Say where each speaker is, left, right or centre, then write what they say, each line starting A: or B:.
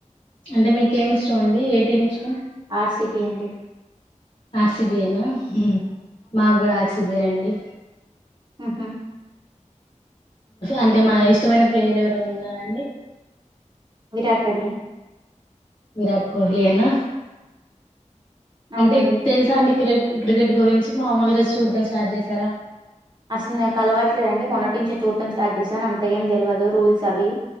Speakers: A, on the left (about 50°); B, on the right (about 35°).
A: అంటే మీక ఏమి ఇష్టం అండి ఏ టీం ఇష్టం
B: ఆర్సిబి అండి
A: ఆర్సిబి ఏనా ఉ మాకు కూడా ఆర్సిబియే అండి
B: ఆహ్మ్
A: అంటే మా ఇష్టమైన ప్లేయర్ ఎవరనా ఉన్నారాండి
B: విరాట్ పలి
A: విరాట్ కోహ్లీ యేనా అంటే
B: అవునండి
A: తెలుసా అండి క్రె క్రికెట్ గురించి మామూలుగా చూడటం స్టార్ట్ చేశారా
B: అసలు నేను కలవట్లేదం మొటించే చూడటం స్టార్ట్ చేశాను అంత ఏం తెలియదు స <unintelligible> అవి